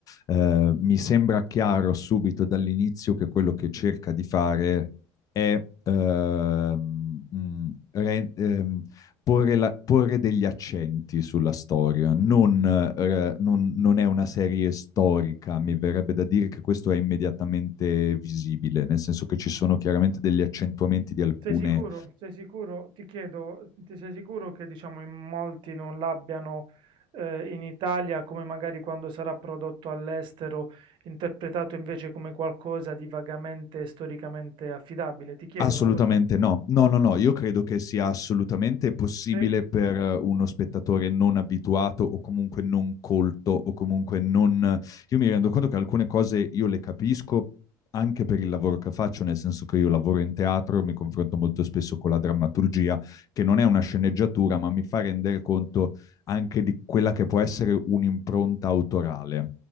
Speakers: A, on the left; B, on the right.
A: eh, mi sembra chiaro subito dall'inizio che quello che cerca di fare è ehm, mm, re- ehm, porre, la- porre degli accenti sulla storia. Non, eh, non- non è una serie storica, mi verrebbe da dire che questo è immediatamente visibile, nel senso che ci sono chiaramente degli accentuamenti di alcune
B: Sei sicuro? Sei sicuro? Ti chiedo, ti sei sicuro che diciamo in molti non l'abbiano eh, in Italia come magari quando sarà prodotto all'estero, interpretato invece come qualcosa di vagamente storicamente affidabile? Ti chiedo,
A: Assolutamente
B: non lo so.
A: no. No, no, no, io credo che sia assolutamente possibile
B: Sì?
A: per eh, uno spettatore non abituato o comunque non colto o comunque non... Io mi rendo conto che alcune cose io le capisco anche per il lavoro che faccio, nel senso che io lavoro in teatro, mi confronto molto spesso con la drammaturgia, che non è una sceneggiatura, ma mi fa rendere conto anche di quella che può essere un'impronta autorale,